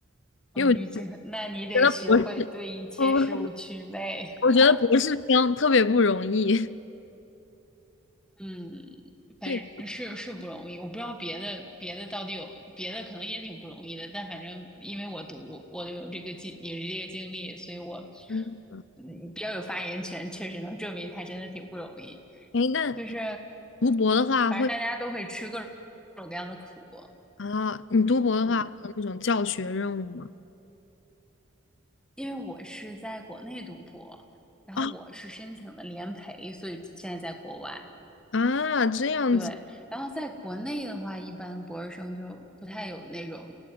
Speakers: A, in the centre; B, on the left.
A: 哦，
B: 因为我
A: 滤镜，<laughs> 那你得学会对一切事物祛魅
B: 觉得博士，我我觉得博士生特别不容易。
A: <laughs>。
B: <laughs>
A: 嗯，反正是是不容易，
B: 对，
A: 我不知道别的别的到底有别的可能也挺不容易的，但反正因为我读，我有这个经有这个经历，所以我
B: 嗯，
A: 嗯比较有发言权，确实能证明它真的挺不容易。
B: 哎，那
A: 就是
B: 读博的话会
A: 反正大家都会吃各种各样的苦，
B: 啊，你读博的话会有那种教学任务吗？
A: 嗯，因为我是在国内读博，然后我是申请的联培，
B: 啊
A: 所以现在在国外。
B: 啊，这样子
A: 对，然后在国内的话，一般博士生就不太有那种，